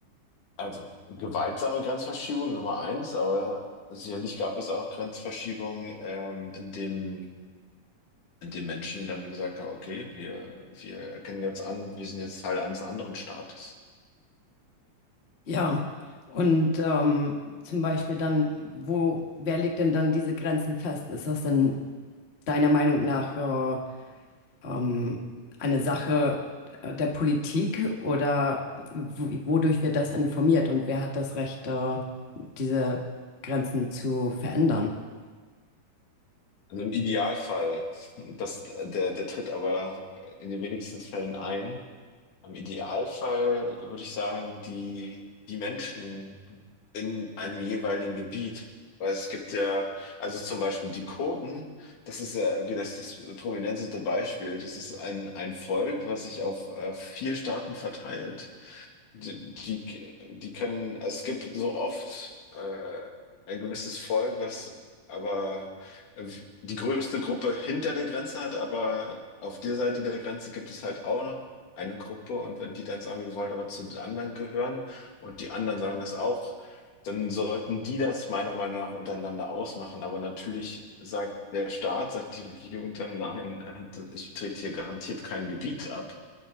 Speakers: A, on the left (about 70°); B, on the left (about 35°).
A: also gewaltsame Grenzverschiebung Nummer eins, aber sicherlich gab es auch Grenzverschiebungen, ähm, in dem, in dem Menschen dann gesagt haben, okay, wir, wir erkennen jetzt an, wir sind jetzt Teil eines anderen Staates.
B: Ja, und ähm, zum Beispiel dann, wo, wer legt denn dann diese Grenzen fest? Ist das denn deiner Meinung nach äh, ähm, eine Sache äh, der Politik oder wodurch wird das informiert und wer hat das Recht, äh, diese Grenzen zu verändern?
A: Also im Idealfall, <laughs> das, äh, der, der tritt aber in den wenigsten Fällen ein. Im Idealfall würde ich sagen, die, die Menschen in einem jeweiligen Gebiet. Weil es gibt ja, also zum Beispiel die Kurden, das ist ja irgendwie das, das prominenteste Beispiel. Das ist ein, ein Volk, was sich auf äh, vier Staaten verteilt die, die, die können, also es gibt so oft äh, ein gewisses Volk, was aber äh, die größte Gruppe hinter der Grenze hat, aber auf der Seite der Grenze gibt es halt auch noch eine Gruppe und wenn die dann sagen, wir wollen aber zu den anderen gehören und die anderen sagen das auch, dann sollten die das meiner Meinung nach untereinander ausmachen. Aber natürlich sagt der Staat, sagt die Regierung dann, nein, äh, ich trete hier garantiert kein Gebiet ab.